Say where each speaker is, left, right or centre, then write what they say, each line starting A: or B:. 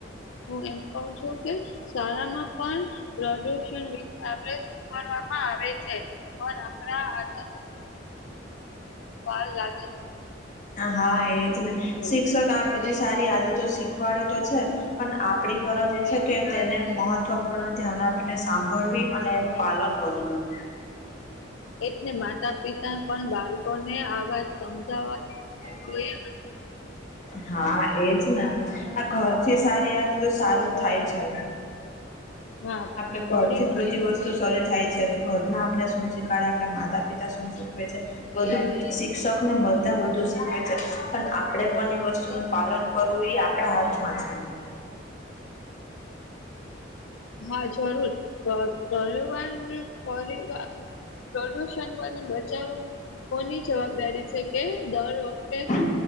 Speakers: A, on the left; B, on the left.
A: હું એમ કઉ છું કે શાળામાં પણ પ્રદુષણ વિશ આપણે કરવામાં આવે છે પણ આપણા આટ વાર લાગે છે
B: હા એજ ને
A: <inaudible>
B: શિક્ષક આ બધી સારી આદતો શીખવાડે તો છે પણ આપડી ફરજ એ છે કે તેને મહત્વપૂર્ણ ધ્યાન આપીને સાંભળવી અને એનું પાલન કરું છું.
A: એટલે માતા પિતા પણ બાળકોને આ વાત સમજાવવા
B: <inaudible>
A: જોઈએ
B: હા એજ ને ઘર થી સારી આદ તો સારું થાય છે.
A: હા
B: આપડે ઘરથી
A: પરિવાર
B: જ બધી વસ્તુ સરૂ થાય છે ઘરના આપણે શું શીખડ આપણા માતા પિતા શું શીખવાવે છે? બધું શિક્ષક ને બધા બધું શીખવે છે પણ આપડે પણ એ વસ્તુ પાલન કરવું એ આપડા હાથમાં છે.
A: હા જરૂર પરીવારને પરિવાર પ્રદુષણ <unintelligible> બચાવું કોની જવાબદારી છે? કે દર વખતે
B: હા